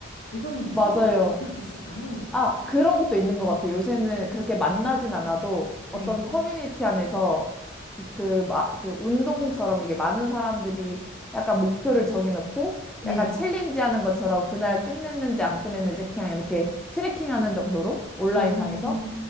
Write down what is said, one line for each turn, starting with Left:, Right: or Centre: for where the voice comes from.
Left: 이거는 어떻게
Centre: 맞아요.
Left: 풀 수 있을까요?
Centre: 아, 그런 것도 있는 것 같아요. 요새는 그렇게 만나진
Left: 네
Centre: 않아도 어떤
Left: 네
Centre: 커뮤니티 안에서 그, 마, 그 운동처럼 이게 많은 사람들이 약간 목표를 정해놓고
Left: 네.
Centre: 약간 챌린지 하는 것처럼 그날 끝냈는지 안 끝냈는지 그냥 이렇게 트래킹 하는 정도로 온라인상에서
Left: 어,